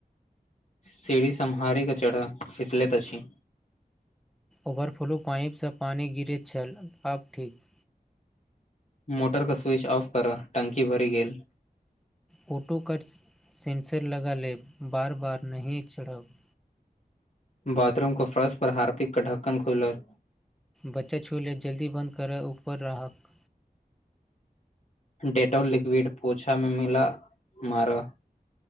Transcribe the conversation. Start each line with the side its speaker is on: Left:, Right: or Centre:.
Left: सीरी सम्हारे कऽ चढ़ फिसलैत अछि
Centre: ओवरफ्लो पाइपस पानी गिरैत छल आब ठीक
Left: मोटर कऽ स्विच ऑफ कर टंकी भरि गेल
Centre: फोटो कट सेंसर लगा लेब बार बार नहीं चढ़ब
Left: बाथरूम कऽ फरश पर हार्पिक कऽ ढक्कन खुलर
Centre: बच्चा छु लेत जल्दी बंद करअ ऊपर राहक
Left: डेटॉल लिक्विड पोछा में मिला मारा